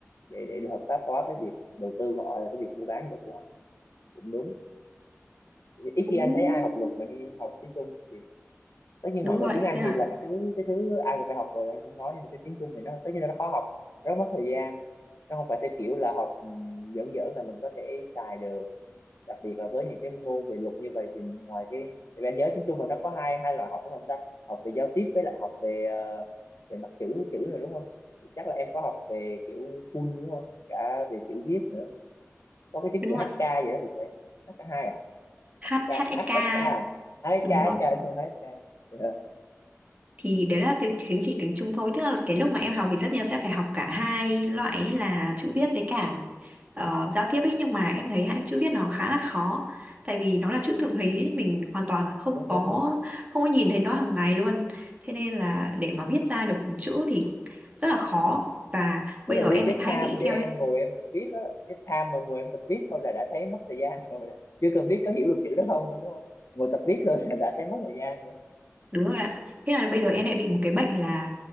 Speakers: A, on the left; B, on the right.
A: để để, để hợp pháp hóa cái việc đầu tư của họ là cái việc mua bán của họ cũng đúng ít
B: cũng
A: khi anh thấy ai học luật mà đi học tiếng Trung tất nhiên
B: đúng
A: mọi
B: rồi
A: người tiếng Anh
B: thế là
A: thì là cái thứ cái thứ ai cũng phải học rồi anh không nói nhưng mà cái tiếng Trung thì nó tất nhiên là nó khó học rất mất thời gian nó không phải theo kiểu là học ừm, giỡn giỡn là mình có thể xài được đặc biệt là với những cái môn về luật như vậy thì ngoài cái tại vì anh nhớ tiếng Trung mà nó có hai hai loại học đúng không ta học về giao tiếp với lại học về ờ, về mặt chữ với chữ nữa đúng không thì chắc là em có học về kiểu full đúng không cả về chữ viết nữa có cái chứng
B: đúng
A: chỉ
B: rồi
A: HK gì đó thì phải hk hai à HK
B: H HSK
A: HSK à HSK HSK
B: đúng rồi
A: đúng HSK Dạ,
B: thì đấy là tiếng chính chỉ tiếng Trung thôi tức là cái lúc mà em học thì tất nhiên sẽ phải học cả hai loại ấy là chữ viết với cả ờ, giao tiếp ấy nhưng mà em thấy hai chữ viết nó khá là khó tại vì nó là chữ thượng hí ấy, mình hoàn toàn không
A: đúng
B: có
A: đúng đúng
B: không có nhìn thấy nó hàng ngày luôn thế nên là để mà viết ra được một chữ thì rất là khó và bây
A: tức là
B: giờ
A: riêng
B: em lại
A: cái
B: hay
A: time
B: bị theo
A: để em ngồi em tập viết á cái time mà ngồi em tập viết thôi là đã thấy mất thời gian rồi á chưa cần biết có hiểu được chữ đó không thôi đúng không ngồi tập viết thôi là đã thấy mất thời gian rồi
B: Đúng rồi ạ. Thế là bây giờ em lại bị một cái bệnh là